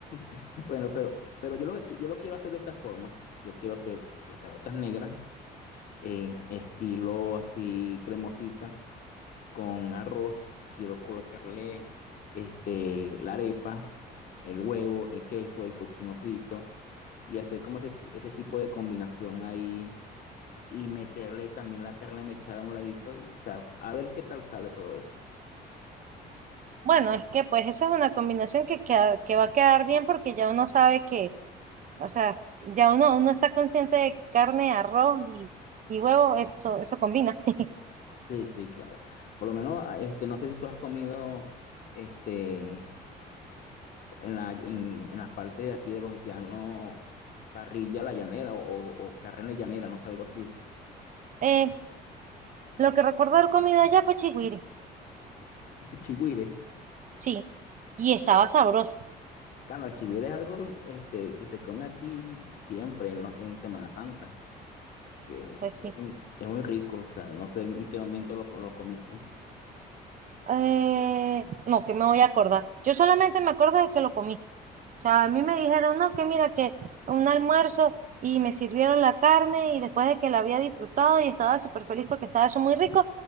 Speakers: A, on the left; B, on the right.
A: <laughs> Bueno, pero, pero yo lo que qui- yo lo quiero hacer de esta forma. Yo quiero hacer las caraotas negras, en estilo así cremosita, con arroz. Quiero colocarle este, la arepa, el huevo, el queso, el cochino frito y hacer como ese, ese tipo de combinación ahí y meterle también la carne mechada a un ladito y, o sea, a ver qué tal sale todo eso.
B: Bueno, es que pues esa es una combinación que, queda- que va a quedar bien porque ya uno sabe que, o sea, ya uno, uno está consciente de que carne, arroz y, y huevo, eso, eso combina. <laughs>
A: Sí, sí, claro. Por lo menos, ah, este, no sé si tú has comido, este, en la, en, en las partes de aquí de los llanos, parrilla a la llanera o, o, o carne llanera, no sé, algo así,
B: Eh, lo que recuerdo de comida allá fue chigüire.
A: <laughs> chigüire.
B: sí. Y estaba
A: Claro,
B: sabroso,
A: claro, el chigüire es algo, este, que se come aquí siempre en, los, en Semana Santa, que
B: pues sí.
A: es muy, es muy rico, o sea, no sé en qué momento lo, co- lo comiste.
B: Eh, no, que me voy a acordar. Yo solamente me acuerdo de que lo comí. o sea, a mí me dijeron, no, que mira, que un almuerzo y me sirvieron la carne y después de que la había disfrutado y estaba súper feliz porque estaba eso muy rico,